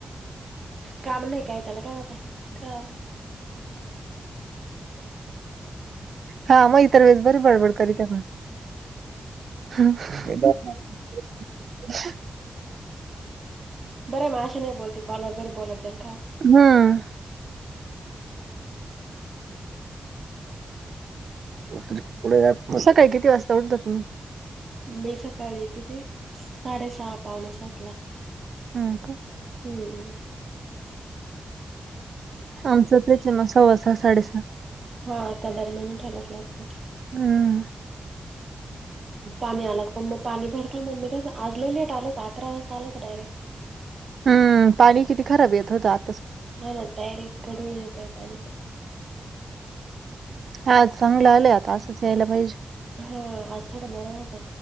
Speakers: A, on the right (about 50°); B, on the right (about 70°).
A: काम नाही काय त्याला काय होतय का?
B: हा मग इतर वेळेस बरी बडबड कर दे. <unintelligible>
A: बरं मी अशा नाही बोलते कॉलरवररी बोलत जाईल का?
B: हम्म. पु तं काही किती वाजता उठत तुम्ही
A: मी सकाळी किती साडेसहा पावणे सातला
B: हा.
A: हम्.
B: आमचं तेच मग सव्वा सहा साडेसहा
A: हा त्या दरम्यान ठायलाच लागत.
B: हम.
A: पाणी आलं पण मग पाणी भरला, मग मी तेच आज लय लेट आल होत, अकरा वाजता आल होत डायरेक्ट.
B: हम्म, पाणी किती खराब येत होत आज?
A: हा ना, डायरेक्ट खडूळ येतय पाणी.
B: हा चांगलं आलं आता असंच यायला पाहिजे.
A: हा, आज थोडा बरा होता.